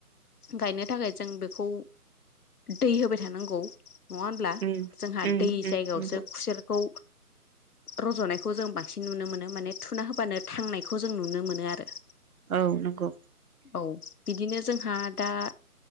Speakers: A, on the left (about 70°); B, on the right (about 65°).
A: गायनो थाखाय जों बेखौ दै होबाय थानांगौ नङा होमब्ला
B: नंगौ
A: जोंहा दै जायगायावसो खुसेरखौ रज'नायखौ जों बांसिन नुनो मोनो माने थुना होबानो थांनायखौ जों नुनो मोनो आरो
B: औ नंगौ
A: औ बिदिनो जोंहा दा